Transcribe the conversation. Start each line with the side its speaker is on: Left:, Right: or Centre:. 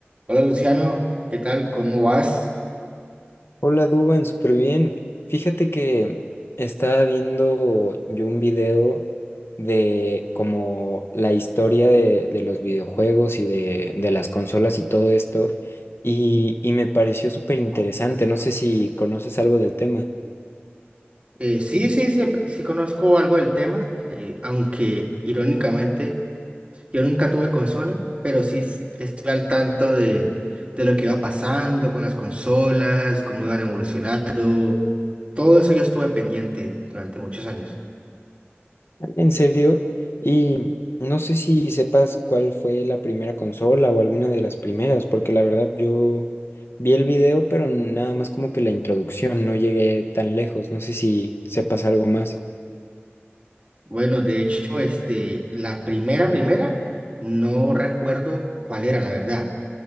Right: Hola Luciano, ¿qué tal? ¿Cómo vas?
Left: Hola Duban, súper bien. Fíjate que estaba viendo yo un video de como la historia de, de los videojuegos y de, de las consolas y todo esto y, y me pareció súper interesante. No sé si conoces algo del tema.
Right: Eh, sí, sí, sí, sí conozco algo del tema, eh, aunque irónicamente yo nunca tuve consola, pero sí s- estoy al tanto de, de lo que iba pasando con las consolas, cómo iban evolucionando, todo eso yo estuve pendiente durante muchos años.
Left: En serio, y no sé si sepas cuál fue la primera consola o alguna de las primeras, porque la verdad yo vi el video, pero nada más como que la introducción, no llegué tan lejos, no sé si sepas algo más.
Right: Bueno, de hecho, este, la primera, primera, no recuerdo cuál era, la verdad.